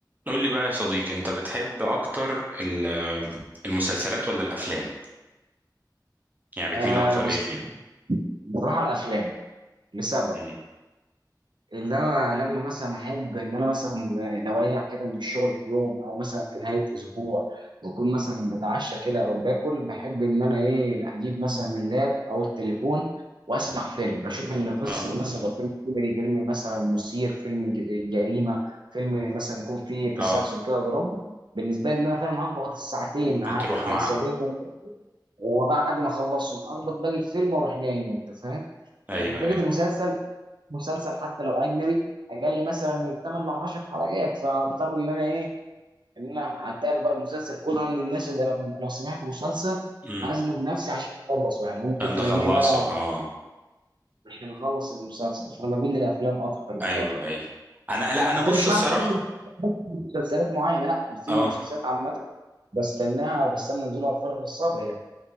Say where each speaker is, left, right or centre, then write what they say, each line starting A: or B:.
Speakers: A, on the right; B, on the right.
A: قول لي بقى يا صديقي انت بتحب اكتر ال- المسلسلات ولا الافلام يعني بتميل
B: آه
A: اكتر
B: بس
A: ليه فيها
B: بروح على الافلام لسبب
A: امم
B: ان انا لما مثلا احب ان انا مثلا لو اريح كده من الشغل في يوم او مثلا في نهايه اسبوع بكون مثلا بتعشى كده او باكل بحب ان انا ايه لا اجيب مثلا اللاب او التليفون واسمع فيلم بشوف ان قصه
A: اه
B: مثلا لو فيلم كوميدي فيلم مثلا مثير فيلم ج- جريمه فيلم مثلا يكون فيه تسلسل
A: اه
B: كده درامي بالنسبه لي ان انا فاهم هخبط الساعتين
A: بتروح
B: ه-
A: مع
B: هيسابيني وبعد ما اخلصهم اخبط باقي الفيلم واروح نايم انت فاهم
A: ايوه
B: لكن فكره
A: ايوه
B: المسلسل مسلسل حتى لو اجنبي اقل مثلا من 8 ل 10 حلقات فاضطر ان انا ايه ان انا اتابع بقى المسلسل كله انا من الناس اللي لو لو سمعت مسلسل
A: امم
B: هزنه بنفسي عشان اخلصه يعني ممكن
A: انت
B: تلاقيني
A: خلصه
B: بقى
A: اه
B: عشان اخلص المسلسل فانا بميل للافلام اكتر بصراحه
A: ايوه ايوه انا لا انا
B: بس
A: بص
B: مش
A: الصراحه
B: معنى كده إن مسلسلات معينه لا في
A: اه
B: مسلسلات عامه بستناها بستنى نزولها بفارغ الصبر يعني